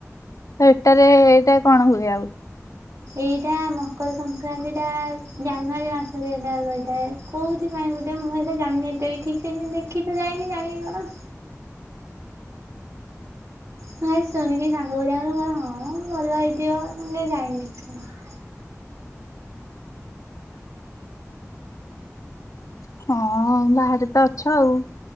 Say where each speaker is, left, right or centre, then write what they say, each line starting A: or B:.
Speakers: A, on the left; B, on the right.
A: ତ ଏଟାରେ ଏଇଟା କଣ ହୁଏ ଆଉ।
B: ଏଇଟା ମକର ସଂକ୍ରାନ୍ତିଟା ଜାନୁଆରୀ ମାସରେ ହେଟା ରହିଥାଏ। କୋଉଥି ପାଇଁ ଗୋଟେ ମୁଁ ଏ ତ ଜାଣିନି ଏତେ ବି ଠିକ ସେ ଦେଖି ତ ଯାଇନି ଜାଣି କଣ। ମୁଁ ଆଗେ ଶୁଣିକି ସାଙ୍ଗ କରିବାଙ୍କ କଣ ହଁ ଭଲ ହେଇଥିବ ଯାଇନି ଦେଖିବାକୁ।
A: ହଁ ବାହାରେ ତ ଅଛ ଆଉ।